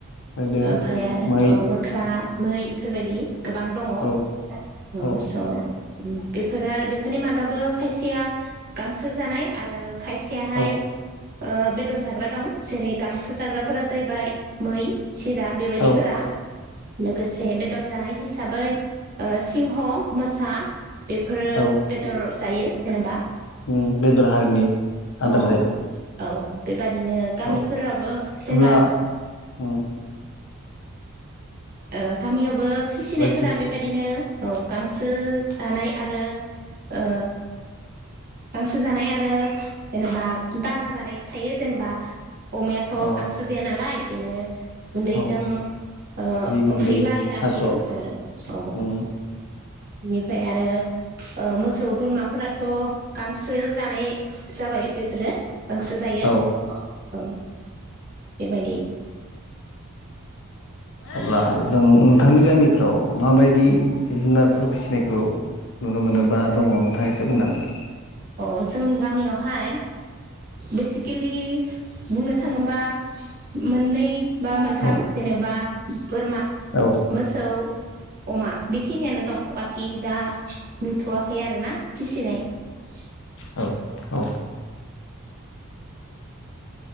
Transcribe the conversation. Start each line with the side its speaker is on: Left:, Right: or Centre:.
Left: मैदेर
Right: ओमफ्राय आरो
Left: मै
Right: <inaudible> मै इफोरबायदि गोबां दङ अ
Left: औ औ
Right: बेफोरो आरो बेफोरनि मादावबो खायसेया गांसो जानाय आरो खायसेयाहाय
Left: औ
Right: ओ बेदर जाग्रा दं जेरै गांसो जाग्राफोरा जाहैबाय मै सिरा बेबायदिफोरा
Left: औ
Right: लोगोसे बेदर जानाय हिसाबै ओ सिंह, मोसा बेफोरो
Left: औ
Right: बेदर जायो जेनेबा
Left: उम बेदर हारिनि आदार
Right: अ औ
Left: जायो
Right: बेबादिनो गामिफोरावबो
Left: औ
Right: जेनबा
Left: अब्ला उम
Right: ओ गामियावबो फिसिनायफोरा
Left: बा चिप्स
Right: बेबायदिनो औ गांसो जानाय आरो ओ गांसो जानाय आरो जेनेबा दाना जानाय थायो जेनेबा अमायाथ'
Left: औ
Right: गांसो जाया नालाय बेनो गुन्दैजों
Left: औ
Right: ओ
Left: गुन्दै
Right: अफ्रि लागायना
Left: थास'
Right: होयो औ औ
Left: उम
Right: बिनिफ्राय आरो ओ मोसौ बोरमाफोराथ' गांसो जानाय जाबाय बेफोरो गांसो जायो
Left: औ
Right: औ बेबायदि
Left: अब्ला जों नोंथांनि गामिफ्राव माबायदि जिब जुनारफोर फिसिनायखौ नुनो मोनोबा दङ नोंथां एस एसे बुंनोहागोन दा?
Right: अ जोंनि गामियावहाय बेसिकेलि बुंनो थाङोबा मोननै बा मोनथाम
Left: औ
Right: जेनेबा बोरमा
Left: औ
Right: मोसौ अमा बेखिनियानो दं बाखि दा नुथ'वाखै आरोना फिसिनाय ।
Left: औ औ